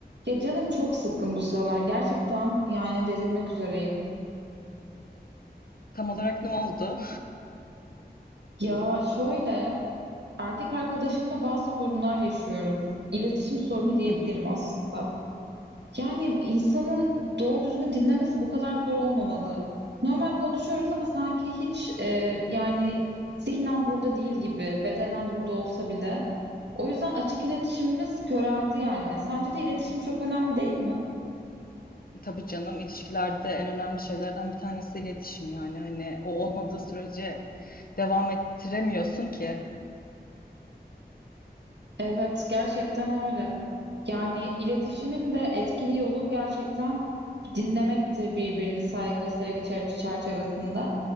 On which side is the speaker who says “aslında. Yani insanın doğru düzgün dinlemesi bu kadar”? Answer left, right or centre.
Right